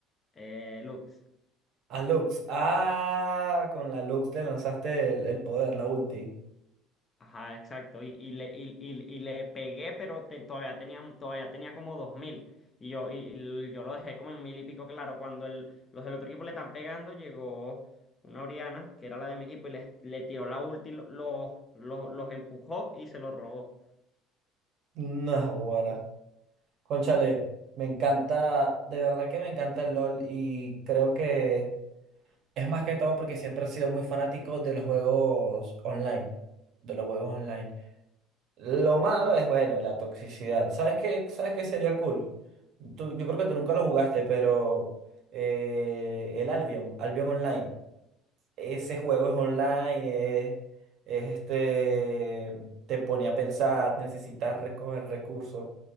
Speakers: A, on the left; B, on the right.
A: eh, Lux.
B: A Lux. Ah, con la Lux le lanzaste el, el poder, la ulti.
A: Ajá, exacto. Y, y le, y, y- y le pegué, pero te- todavía tenía, todavía tenía como dos mil. Y yo, y, y yo lo dejé como en mil y pico, claro. Cuando el, los del otro equipo le están pegando, llegó una Oriana, que era la de mi equipo, y les, le tiró la ulti, lo- los, los, los empujó y se los robó.
B: No, Conchale, me encanta, de verdad que me encanta el LOL y creo que es más que todo porque siempre he sido muy fanático de los juegos online, de los juegos online. Lo malo es, bueno, la toxicidad. ¿Sabes qué? ¿Sabes qué sería cool? Tú- yo creo que tú nunca lo jugaste, pero eh, el Albion, Albion Online ese juego es online, es, es este, te pone a pensar, necesitas recoger recursos.